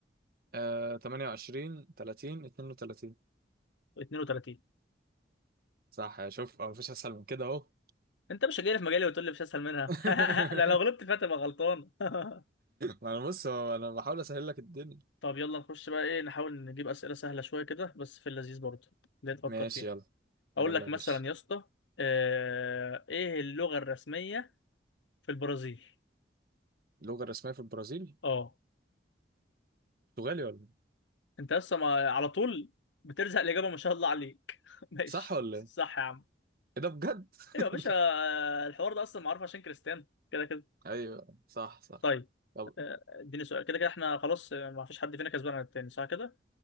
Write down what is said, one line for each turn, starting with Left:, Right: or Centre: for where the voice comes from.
Right: آه 28 30 32
Left: 32
Right: صح يا شوف آه، مفيش أسهل من كده أهو
Left: انت مش جاي في مجالي وتقول لي مش اسهل منها
Right: <laughs>
Left: <laughs> ده لو غلبت فيها تبقى غلطان <laughs>
Right: ما أنا بص هو أنا بحاول أسهل لك الدنيا
Left: طب يلا نخش بقى ايه نحاول نجيب اسئله سهله شويه كده بس في اللذيذ برضه اللي تفكر
Right: ماشي
Left: فيها
Right: يلا
Left: اقول
Right: يلا
Left: لك
Right: يا
Left: مثلا
Right: باشا
Left: يا اسطى آه، ايه اللغه الرسميه في البرازيل
Right: اللغة الرسمية في البرازيل
Left: اه
Right: برتغالي ولا إيه؟
Left: انت لسه ما على طول بترزق الاجابه ما شاء الله عليك <laughs> ماشي
Right: صح ولا
Left: صح
Right: ايه؟
Left: يا عم
Right: إيه ده بجد؟
Left: ايوه
Right: <laughs>
Left: يا باشا آه، الحوار ده اصلا معروف عشان كريستيانو كده كده
Right: ايوه صح صح
Left: طيب
Right: طب
Left: آه، اديني سؤال كده كده احنا خلاص آه، ما فيش حد فينا كسبان عن التاني صح كده